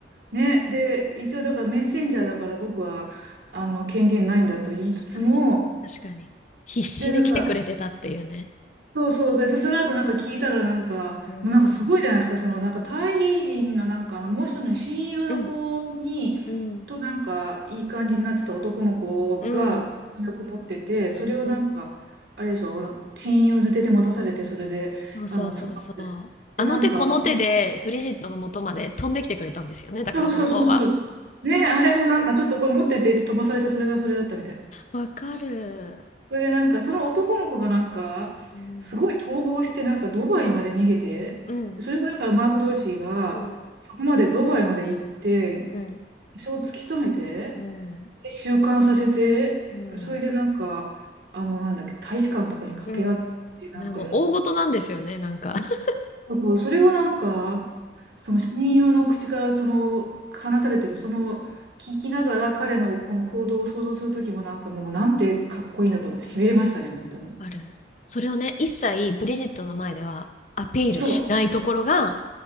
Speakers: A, on the right; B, on the left.
A: ね、で、一応だからメッセンジャーだから僕は、あの、権限ないんだと言いつつも、
B: 確かに。確かに。必死で来てくれてたっていうね。
A: で、なんか、そうそう。で、その後なんか聞いたらなんか、
B: うん。
A: もうなんかすごいじゃないですか。そのなんかタイ人のなんかあのもう一人の親友の子に、
B: うん。うん。
A: となんかいい感じになってた男の子がよく持ってて、
B: うん。
A: それをなんか、
B: うん。
A: あれでしょ、あの親友づてで持たされて、それで、
B: そうそうそうそう。
A: あの、捕まって。
B: あの手この手でブリジットの元まで飛んできてくれたんですよね。
A: で、なんか、
B: だから本当は。
A: そうそうそうそう。ね、あれもなんかちょっとこれ持っててって飛ばされて、それがそれだったみたいな。
B: わかる。
A: それでなんか、その男の子がなんか、
B: うん。
A: すごい逃亡して、なんかドバイまで逃げて、
B: うん。
A: でそれをだからマーク・ドーシーが、
B: うん。
A: そこまでドバイまで行って、
B: うん。
A: 一応突き止めて、
B: うん。
A: で、収監させて、
B: うん。
A: それでなんか、あの、なんだっけ、大使館とかに掛け合って、
B: うん
A: なんかやっ
B: な、もう大事なんですよね、なんか。<laughs>
A: そうそれをなんか、その親友の口から、その、話されてる、その、聞きながら彼のこの行動を想像するときもなんかもうなんてかっこいいんだと思って、痺れましたね、本当に。
B: ある。それをね、一切ブリジットの前ではアピールしないところが、
A: そう、